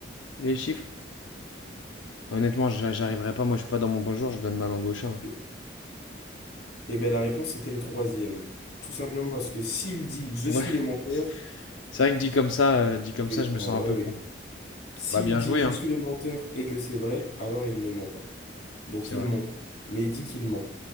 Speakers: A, on the left; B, on the left.
A: les chiffres? Honnêtement, j'a- j'arriverai pas. Moi, je suis pas dans mon bonjour. Je donne mal en gauche. hein.
B: Et, et ben la réponse c'était le troisième. Tout simplement parce que s'il dit, Je
A: Ouais.
B: suis le menteur,
A: C'est vrai que dit comme ça, euh, dit comme
B: oui,
A: ça, je me
B: en
A: sens
B: vrai,
A: un peu
B: oui.
A: con.
B: S'il
A: Bah bien
B: dit
A: joué,
B: je
A: hein.
B: suis le menteur et que c'est vrai, alors il ne ment pas. Donc
A: C'est
B: il
A: vrai.
B: ment, mais il dit qu'il ment.